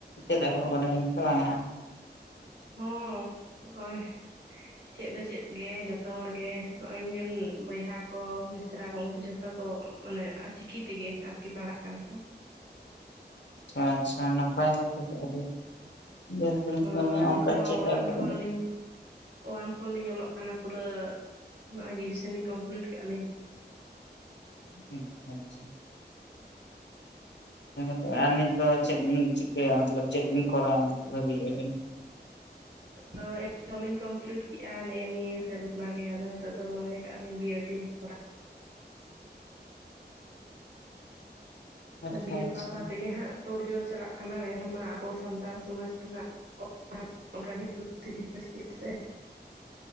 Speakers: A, on the left (about 85°); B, on the right (about 75°).
A: ᱪᱮᱫ ᱟᱠᱚ ᱠᱟᱱᱟ ᱵᱤᱱ ᱥᱮ ᱵᱟᱝᱟ?
B: ᱦᱚᱸᱻ ᱱᱚᱜᱼᱚᱭ ᱪᱮᱫ ᱫᱚ ᱪᱮᱫ ᱜᱮ ᱡᱷᱚᱛᱚ ᱦᱚᱲ ᱜᱮ ᱱᱚᱜᱼᱚᱭ ᱤᱧ ᱵᱚᱭᱦᱟ ᱠᱚ ᱢᱤᱥᱨᱟ ᱠᱚ ᱩᱱᱠᱩ ᱡᱷᱚᱛᱚ ᱡᱷᱚᱛᱚ ᱠᱚ ᱢᱟᱱᱮ ᱪᱤᱠᱤ ᱛᱮᱜᱮ ᱟᱨᱠᱤ ᱯᱟᱲᱦᱟᱜ ᱠᱟᱱᱟ ᱠᱚ᱾
A: ᱟᱪᱪᱷᱟ ᱟᱪᱪᱷᱟ ᱱᱟᱯᱟᱭ ᱜᱮ ᱟᱹᱰᱤ ᱵᱮᱥ ᱵᱤᱱ
B: ᱦᱚᱸ
A: ᱠᱟᱹᱢᱤᱭᱟ
B: ᱟᱹᱞᱤᱧ
A: ᱚᱱᱠᱟ
B: ᱦᱚᱸ
A: ᱪᱮᱫ
B: ᱳᱣᱟᱱ
A: ᱟᱠᱚ
B: ᱠᱷᱚᱱᱞᱤᱧ
A: ᱵᱤᱱ
B: ᱳᱭᱟᱱ ᱠᱷᱚᱱᱞᱤᱧ ᱚᱞᱚᱜ ᱠᱟᱱᱟ ᱯᱩᱨᱟᱹ ᱱᱚᱜ-ᱚᱭ ᱜᱨᱮᱡᱩᱭᱮᱥᱚᱱ ᱞᱤᱧ ᱠᱚᱢᱯᱞᱤᱴ ᱠᱮᱜ ᱟᱞᱤᱧ ᱾
A: ᱟᱪᱪᱷᱟ ᱟᱪᱪᱷᱟ ᱛᱚᱵᱮ ᱟᱨ ᱱᱤᱛ ᱫᱚ ᱪᱮᱫ ᱵᱤᱱ ᱪᱤᱠᱟᱹᱭᱟ ᱢᱚᱛᱞᱚᱵ ᱪᱮᱫ ᱵᱤᱱ ᱠᱚᱨᱟᱣᱟ ᱵᱷᱟᱹᱵᱤᱭ ᱟᱵᱤᱱ?
B: <inaudible> ᱦᱚᱸᱞᱤᱧ ᱠᱚᱢᱯᱞᱤᱴ ᱠᱮᱜᱼᱟ ᱱᱮᱜᱼᱮ ᱱᱤᱭᱟᱹ ᱥᱮᱨᱢᱟ ᱜᱮ ᱟᱫᱚ ᱱᱤᱛᱚᱜ ᱫᱚ ᱢᱚᱱᱮ ᱠᱟᱜ ᱟᱞᱤᱧ ᱵᱤᱭᱮᱰ ᱞᱤᱧ ᱠᱚᱨᱟᱣᱟ᱾
A: ᱟᱪᱪᱷᱟ
B: ᱵᱤᱭᱮᱰ
A: ᱟᱪᱪᱷᱟ᱾
B: ᱵᱟᱠᱷᱨᱟ ᱛᱮᱜᱮ ᱦᱟᱸᱜ ᱛᱳᱲ ᱡᱳᱲ ᱪᱟᱞᱟᱜ ᱠᱟᱱᱟ ᱮᱱᱠᱷᱟᱱ ᱢᱟ ᱟᱵᱚ ᱥᱟᱱᱛᱟᱲ ᱥᱚᱢᱟᱡᱽ ᱨᱮᱱᱟᱜ ᱟᱨ ᱚᱱᱠᱟ <inaudible> ᱥᱮ